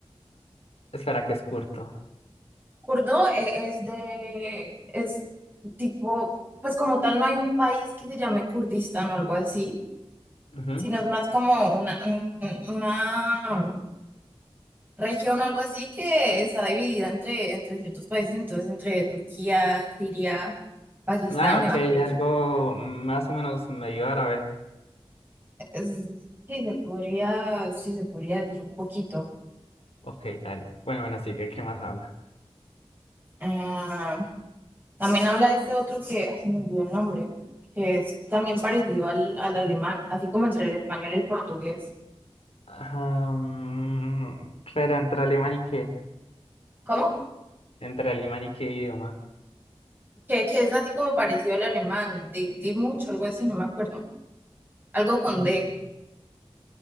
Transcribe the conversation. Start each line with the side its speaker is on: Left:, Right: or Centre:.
Left: Espera, que es curto.
Right: Kurdo eh, es de, es tipo, pues como tal no hay un país que se llame Kurdistán o algo así,
Left: Ujú.
Right: sino es más como una, un- una región, algo así, que está dividida entre, entre ciertos países, entonces entre Turquía, Siria, Pakistán,
Left: Ah,
Right: me
Left: ok,
Right: parece.
Left: algo más o menos medio árabe.
Right: Es- sí, se podría, sí, se podría decir un poquito.
Left: Ok, dale. Bueno, bueno, sí, ¿qué, qué más habla?
Right: Ah, también habla de este otro que ah, se me olvidó el nombre, que es también parecido al, al alemán, así como entre el español y el portugués.
Left: Ah, mm, pero entre alemán y qué.
Right: ¿Cómo?
Left: Entre alemán y qué idioma.
Right: Que, que es así como parecido al alemán, di, di mucho, algo así, no me acuerdo. Algo con
Left: Mm.
Right: D,